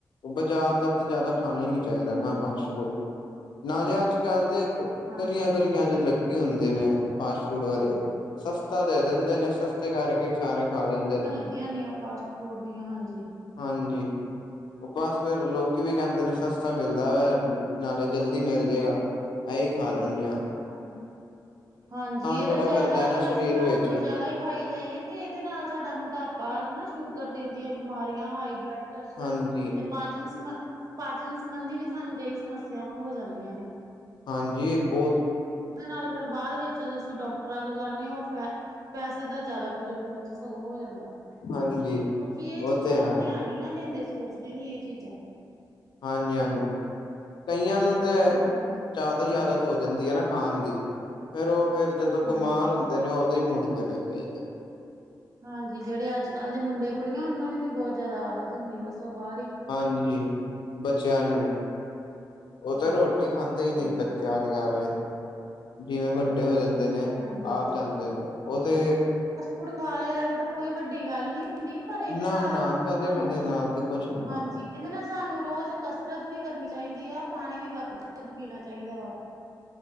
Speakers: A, on the left (about 75°); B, on the right (about 50°).
A: ਬਜਾਰ ਦਾ ਤੇ ਜਾਦਾ ਖਾਨਾ ਈ ਨੀ ਚਾਈਦਾ
B: ਹਾਂਜੀ
A: ਨਾ ਫਾਸ ਫੂਡ। ਨਾਲੇ ਅੱਜ-ਕੱਲ ਤੇ ਗਲੀਆਂ
B: ਹਾਂਜੀ
A: ਗਲੀਆਂ ਚ ਲਗ ਗੇ ਹੁੰਦੇ ਨੇ ਫਾਸਟ ਫੂਡ ਵਾਲੇ। ਸਸਤਾ ਦੇ ਦੇਂਦੇ ਨੇ। ਸਸਤੇ ਕਰਕੇ ਸਾਰੇ ਖਾ ਲੈਂਦੇ ਨੇ।
B: ਦੀਆਂ ਦਾ ਫਾਸਟ ਫੂਡ ਦੀਆਂ ਹਾਂਜੀ।
A: ਹਾਂਜੀ। ਓ ਬਸ ਫੇਰ ਲੋਕੀ ਵੀ ਕੈਂਦੇ ਨੇ ਸਸਤਾ ਮਿਲਦਾ ਪੈ ਨਾਲੇ ਜਲਦੀ ਮਿਲ ਜੇਗਾ ਐਈ ਖਾ ਲੈਂਨੇ ਆਂ।
B: ਹਾਂ ਹਾਂਜੀ। ਏ
A: ਬੜਾ
B: ਤੇ
A: ਕਰਦਾ
B: ਜਾਦਾ
A: ਨਾ
B: ਅਗਰ
A: ਸਰੀਰ
B: ਅਸੀ ਹੱਦ
A: ਵਿੱਚ
B: ਤੋਂ ਜਾਦਾ ਈ ਖਾਈ ਜਾਈਏ ਤੇ ਏਦੇ ਨਾਲ ਸਾਡਾ ਮੋਟਾਪਾ ਹਨਾ ਸ਼ੂਗਰ, ਦਿਲ ਦੀਆਂ ਬਿਮਾਰੀਆਂ, ਹਾਈ ਬਲੱਡ
A: ਹਾਂਜੀ
B: ਤੇ ਪਾਚਨ ਸਬੰ ਪਾਚਨ ਸੰਬੰਧੀ ਵੀ ਸਾਨੂੰ ਕਈ ਸਮੱਸੇਆਵਾਂ ਹੋ ਜਾਂਦੀਆਂ ਨੇ।
A: ਹਾਂਜੀ। ਬੋਤ
B: ਓਦੇ ਨਾਲ ਫੇਰ ਬਾਦ ਵਿੱਚ ਜਦ ਅਸੀ ਡਾਕਟਰਾਂ ਕੋ ਜਾਂਨੇ ਓ ਫੈ ਪੈਸੇ ਦਾ ਜਾਦਾ ਫਜੂਲ ਖਰਚ ਸਗੋਂ ਹੋ ਜਾਂਦਾ।
A: ਹਾਂਜੀ
B: ਲੋਕੀ ਏ
A: ਉਹ
B: ਚੀਜਾਂ
A: ਤੇ ਹੈ
B: ਵੱਲ ਧਿਆਨ ਨੀ ਨਾ ਦੇਂਦੇ ਸੋਚਦੇ ਨੀ ਏ ਚੀਜਾਂ।
A: ਹਾਂਜੀ ਹਾਂਜੀ। ਕਈਆਂ ਨੂੰ ਤੇ
B: ਹਾਂਜੀ
A: ਜਾਦਾ ਈ ਆਦਤ ਹੋ ਜਾਂਦੀ ਐ ਨਾ ਖਾਨ ਦੀ। ਫੇਰ ਓ ਫੇਰ ਜਦੋਂ
B: ਹਾਂਜੀ
A: ਬਮਾਰ
B: ਹਾਂਜੀ
A: ਹੁੰਦੇ ਨੇ ਓਦੋਂ ਈ ਮੁੜਦੇ। ਨਾ ਗਈਦਾ।
B: ਹਾਂਜੀ। ਜੇੜੇ ਅੱਜ-ਕੱਲ ਦੇ ਮੁੰਡੇ ਕੁੜੀਆਂ ਓਨਾਂ ਨੂੰ ਵੀ ਬੋਤ ਜਾਦਾ ਆਦਤ ਹੁੰਦੀ। ਬਸ ਓ ਬਾਰ ਈ
A: ਹਾਂਜੀ, ਬੱਚੇਆਂ ਨੂੰ। ਓ ਤਾਂ
B: ਹਾਂਜੀ
A: ਰੋਟੀ ਖਾਂਦੇ ਹਨ ਨੀ
B: ਹਾਂਜੀ
A: ਬੱਚੇ ਅ ਜਿਵੇਂ ਵੱਡੇ ਹੋ ਜਾਂਦੇ ਨੇ।
B: ਹਾਂਜੀ
A: ਆਪ ਜਾਂਦੇ ਨੇ ਓ ਤੇ
B: ਹੁਣ ਖਾ ਲੇਆ ਤਾ ਵੀ ਤਾਂ ਕੋਈ ਵੱਡੀ ਗੱਲ ਨੀ। ਹੁੰਦੀ। ਪਰ ਏਦੇ
A: ਨਾ
B: ਨਾਲ
A: ਨਾ
B: ਸਾਨੂੰ
A: ਕਦੇ ਕਦੇ ਨਾਲ ਤੇ ਕੁਛ ਹੁੰਦਾ
B: ਹਾਂਜੀ। ਕੇਂਦੇ ਨਾ ਸਾਨੂੰ ਰੋਜ ਕਸਰਤ ਵੀ ਕਰਨੀ ਚਾਈਦੀ ਆ। ਪਾਣੀ ਵੀ ਵੱਧ ਵੱਧ ਪੀਣਾ ਚਾਈਦਾ ਵਾ।